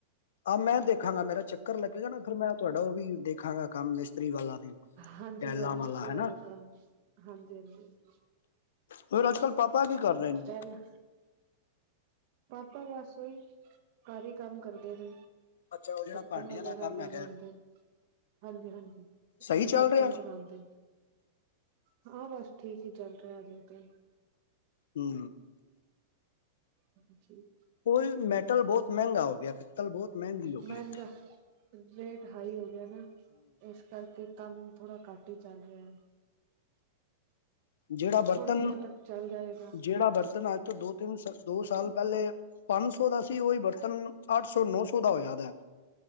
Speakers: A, on the left; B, on the right.
A: ਆ ਮੈਂ ਦੇਖਾਂਗਾ ਮੇਰਾ ਚੱਕ ਰ ਲੱਗੇਗਾ ਨਾ ਫਿਰ ਮੈਂ ਤੁਹਾਡਾ ਓਹ ਵੀ ਦੇਖ ਦੇਖਾਂਗਾ ਕੰਮ ਮਿਸਤਰੀ ਵਾਲਾ। ਵੀ
B: ਹਾਂਜੀ,
A: ਟੈਲਾਂ
B: ਓਹ ਮਿਸਤਰੀ
A: ਹੈ
B: ਵਾਲਾ
A: ਨਾ
B: ਕੰਮ, ਹਾਂਜੀ ਹਾਂਜੀ ਹਾਂਜੀ।
A: ਫੇਰ, ਅੱਜ-ਕੱਲ ਪਾਪਾ ਕੀ ਕਰ ਰਹੇ ਨੇ
B: ਪਹਿਲਾਂ ਪਾਪਾ ਬਸ ਓਹੀ ਘਰ ਹੀ ਕੰਮ ਕਰਦੇ ਨੇ।
A: ਅੱਛਾ ਉਹ ਜਿਹੜਾ
B: ਢੱਕਣ
A: ਭਾਂਡਿਆਂ
B: ਵਗੈਰਾ
A: ਦਾ ਕੰਮ
B: ਬਣਾਂਦੇ
A: ਹੈਗਾ
B: ਹਾਂਜੀ ਹਾਂਜੀ,
A: ਸਹੀ
B: ਓਹੀ
A: ਚੱਲ
B: ਢੱਕਣ
A: ਰਿਹਾ
B: ਬਣਾਂਦੇ ਹਾਂ, ਬਸ ਠੀਕ ਹੀ ਚਲ ਰਿਹਾ ਹਜੇ ਤੇ।
A: ਹੂੰ।
B: ਹਾਂਜੀ
A: ਔਈ ਮੈਟਲ ਬਹੁਤ ਮਹਿੰਗਾ ਹੋ ਗਿਆ ਪਿੱਤਲ ਬਹੁਤ ਮਹਿੰਗੀ ਹੋ
B: ਮਹਿੰਗਾ
A: ਗੀ ਏ।
B: ਰੇਟ ਹਾਈ ਹੋ ਗਿਆ ਨਾ ਏਸ ਕਰਕੇ ਕੰਮ ਥੋੜਾ ਘੱਟ ਹੀ ਚੱਲ ਰਿਹਾ <inaudible>
A: ਜੇੜਾ ਬਰਤਨ
B: ਥੋੜੇ ਦਿਨਾਂ ਤੱਕ ਚੱਲ ਜਾਏਗਾ
A: ਜੇੜਾ ਬਰਤਨ ਅੱਜ ਤੋਂ ਦੋ ਤਿੰਨ ਸਾਲ ਦੋ ਸਾਲ ਪੈਲੇ ਪੰਜ ਸੌ ਦਾ ਸੀ ਓਹੀ ਬਰਤਨ ਅੱਠ ਸੌ ਨੌ ਸੌ ਦਾ ਹੋਯੈ ਦੈ।